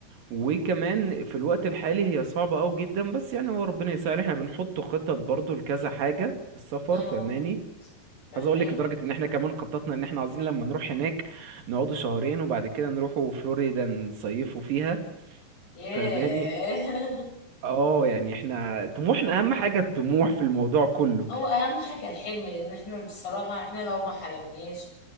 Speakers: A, on the right; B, on the left.
A: وكمان في الوقت الحالي هي صعبة اوي جدا بس يعني هو ربنا يسهل احنا بنحط خطط برضو لكذا حاجة في السفر
B: اه
A: فاهماني
B: فاهمين
A: عايز اقول لك لدرجة ان احنا كمان خططنا ان احنا عايزين لما نروح هناك نقعدوا شهرين وبعد كده نروحوا فلوريدا نصيفوا فيها
B: ياه
A: فاهماني
B: <laughs>
A: اه يعني احنا طموحنا اهم حاجة الطموح في الموضوع كله
B: هو اهم حاجه الحلم لان احنا بصراحه احنا لو ما حلمناش